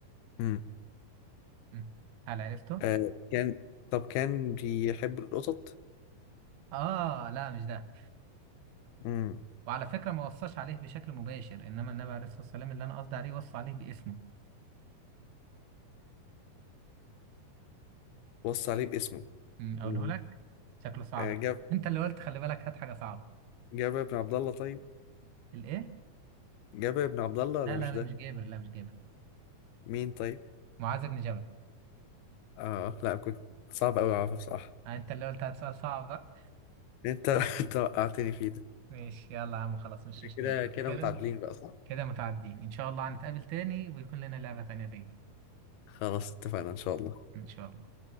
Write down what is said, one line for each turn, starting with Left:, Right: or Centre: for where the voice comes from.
Left: مم.
Right: م. هل عرفته؟
Left: آه كان طب كان بيحب القطط
Right: آه لا مش ده
Left: مم.
Right: وعلى فكرة ما وصاش عليه بشكل مباشر إنما النبي عليه الصلاة والسلام اللي أنا قصدي عليه وصى عليه باسمه
Left: وصى عليه باسمه
Right: أمم، أقوله
Left: مم.
Right: لك شكله صعب
Left: آه جاب
Right: ده. أنت اللي قلت خلي بالك هات حاجة صعبة
Left: جابر بن عبد الله طيب
Right: الإيه؟
Left: جابر بن عبد الله ولا
Right: لا لا
Left: مش
Right: لا
Left: ده
Right: مش جابر لا مش جابر
Left: مين طيب
Right: معاذ بن جبل
Left: اه لا كنت صعب قوي اعرفه بصراحة
Right: آه، أنت اللي قلت هات سؤال صعب بقى
Left: انت <laughs> انت وقعتني فيه ده
Right: ماشي يلا يا عم خلاص مش مشكلة
Left: كده كده
Right: كده
Left: متعادلين بقى صح
Right: كده متعدين إن شاء الله هنتقابل تاني ويكون لنا لعبة تانية تاني
Left: خلاص اتفقنا ان شاء الله
Right: إن شاء الله